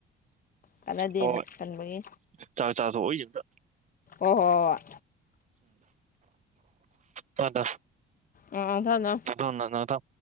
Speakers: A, on the left; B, on the right.
A: ꯀꯥꯟꯅꯗꯦꯅꯦ
B: ꯍꯣꯏ
A: ꯀꯟꯕꯒꯤ
B: ꯆꯥꯛ ꯆꯥꯁꯨ ꯑꯣꯏꯖꯗ
A: ꯑꯣꯍꯣꯏ
B: ꯍꯗ
A: ꯑꯥ ꯑꯥ ꯊꯝꯃꯣ ꯊꯝꯃꯣ
B: ꯑꯗꯨꯅ ꯅꯗ